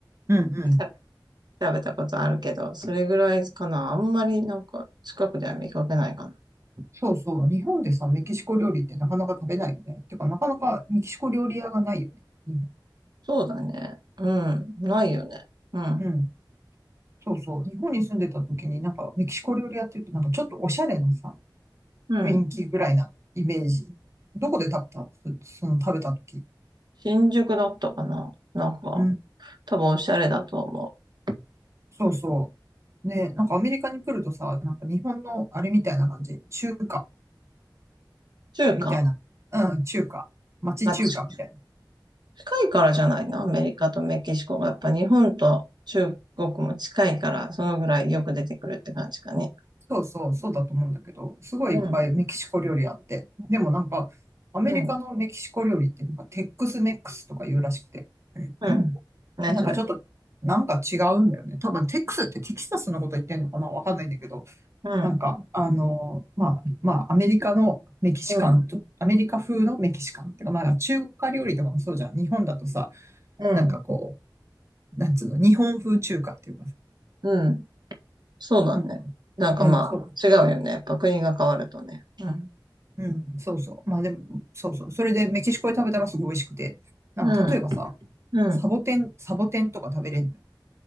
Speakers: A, on the right (about 35°); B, on the right (about 60°).
A: うん、うん。
B: た食べたことあるけど、それぐらいかな。あんまりなんか近くでは見かけないかな。
A: そうそう。日本でさ、メキシコ料理ってなかなか食べないよね。てか、なかなかメキシコ料理屋がないよね。日本
B: そうだね。うん。ないよね。うん。
A: うん。そうそう。日本に住んでた時になんかメキシコ料理屋っていうとなんかちょっとおしゃれなさ、
B: うん。
A: 雰囲気ぐらいなイメージ。どこで食べたそその食べた時。
B: 新宿だったかななんか、
A: うん。
B: 多分おしゃれだと思う。
A: そうそう。ね、なんかアメリカに来るとさ、なんか日本のあれみたいな感じ。中華
B: 中華。
A: みたいな。うん、中華。町中華みたいな。
B: まあ、ち近いからじゃないな。アメリカとメキシコが。やっぱ日本と中国も近いから、そのぐらいよく出てくるって感じかね。
A: そうそう、そうだと思うんだけど、すごいいっぱいメキシコ料理あって。
B: うん、
A: でもなんか、アメリカのメキシコ料理ってなんかテックスメックスとか言うらしくて。
B: うん、うん。
A: うん
B: 何それ。
A: なんかちょっと、なんか違うんだよね。多分テックスってテキサスのこと言ってんのかなわかんないんだけど。
B: うん、
A: なんか、あの、まあ、まあ、アメリカのメキシカンと、
B: うん、
A: アメリカ風のメキシカンっていうか、まあ、中華料理とかもそうじゃん。日本だとさ、
B: うん、
A: なんかこう、なんつうの、日本風中華っていうかさ。
B: うん。そうだね。
A: うん、
B: なんかまあ、
A: うん、そう。
B: 違うよね。やっぱ国が変わるとね。うん、
A: うん、そうそう。まあでも、そうそう。それでメキシコで食べたらすごい美味しくて。なんか、
B: うん、
A: 例えばさ、
B: うん。
A: サボテン、サボテンとか食べれるのよ。